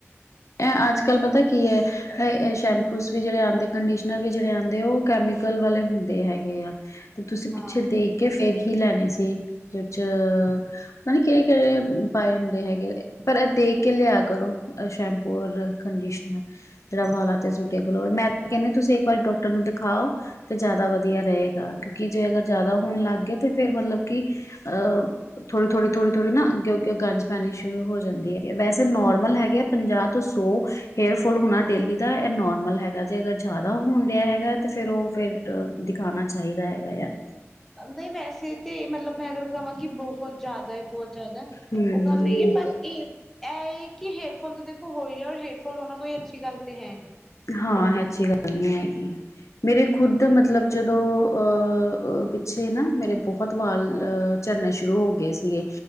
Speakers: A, on the left; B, in the centre.
A: ਐ ਅੱਜ-ਕੱਲ ਪਤਾ ਕੀ ਆ ਐ ਸ਼ੈਂਪੂਸ ਵੀ ਜਿਹੜੇ ਆਂਦੇ ਕੰਡੀਸ਼ਨਰ ਵੀ ਜਿਹੜੇ ਆਂਦੇ ਆ ਓ ਕੈਮੀਕਲ ਵਾਲੇ ਹੁੰਦੇ ਹੈਗੇ ਆ। ਤੇ ਤੁਸੀਂ
B: ਹਾਂ।
A: ਪਿੱਛੇ ਦੇਖ ਕੇ ਫੇਰ ਹੀ ਲੈਣੇ ਸੀ ਜੀ 'ਚ ਪਤਾ ਨੀ ਕਿਹੜੇ-ਕਿਹੜੇ ਪਾਏ ਹੁੰਦੇ ਹੈਗੇ। ਪਰ ਐ ਦੇਖ ਕੇ ਲਿਆ ਕਰੋ। ਸ਼ੈਂਪੂ ਔਰ ਕੰਡੀ‌ਸ਼ਨਰ। ਜਿਹੜਾ ਵਾਲਾਂ ਤੇ ਸੂਟੇਬਲ ਹੋਵੇ। ਮੈਂ ਕਹਿਣੀ ਆ ਤੁਸੀਂ ਇੱਕ ਵਾਰੀ ਡਾਕਟਰ ਨੂੰ ਦਿਖਾਓ। ਤੇ ਜ਼ਿਆਦਾ ਵਧੀਆ ਰਹੇਗਾ। ਕਿਉਂਕਿ ਜੇ ਅਗਰ ਜ਼ਿਆਦਾ ਹੋਣ ਲੱਗ ਗਏ ਤਾਂ ਫਿਰ ਮਤਲਬ ਕਿ ਅਹ ਥੋੜੀ-ਥੋੜੀ, ਥੋੜੀ-ਥੋੜੀ ਨਾ ਅੱਗੋ-ਅੱਗੋ ਗੰਜ ਪੈਣੀ ਸ਼ੁਰੂ ਹੋ ਜਾਂਦੀ ਆ ਹੈਗੀ ਆ ਨੋਰਮਲ ਹੈਗੇ ਆ ਪੰਜਾਹ ਤੋ ਸੋ ਹੇਅਰ ਫੋਲ ਹੋਣਾ ਡੇਲੀ ਦਾ ਐ ਨੋਰਮਲ ਹੈਗਾ ਜੇ ਅਗਰ ਜ਼ਿਆਦਾ ਹੋਣ ਡੇਆ ਹੈਗਾ ਤੇ ਫਿਰ, ਓ ਫਿਰ ਬਟ ਦਿਖਾਣਾ ਚਾਈਦਾ ਹੈਗਾ ਆ।
B: ਅਬੀ ਵੈਸੇ ਤੇ ਮਤਲਬ ਮੈਂ ਅਗਰ ਕਹਾਂ ਕਿ ਬਹੁ ਬਹੁਤ ਜ਼ਿਆਦਾ ਆ, ਬਹੁਤ ਜ਼ਿਆਦਾ,
A: ਹੂੰ
B: ਓ ਗੱਲ ਨਈ ਆ। ਪਰ ਏ, ਐਹ ਕਿ ਹੇਅਰਫੋਲ ਤਾਂ ਦੇਖੋ ਹੋ ਹੀ ਰਿਹਾ ਔਰ ਹੇਅਰਫੋਲ ਹੋਨਾ ਕੋਈ ਅੱਛੀ ਗੱਲ ਤੇ ਹੈਂ ਨੀ
A: ਹਾਂ, ਐ ਅੱਛੀ ਗੱਲ ਨੀ ਹੈਗੀ। ਮੇਰੇ ਖੁਦ
B: ਹਮ
A: ਮਤਲਬ ਜਦੋਂ ਅਹ ਪਿੱਛੇ ਨਾ ਮੇਰੇ ਬਹੁਤ ਵਾਲ ਅ ਝਰਨੇ ਸ਼ੁਰੂ ਹੋ ਗਏ ਸੀਗੇ।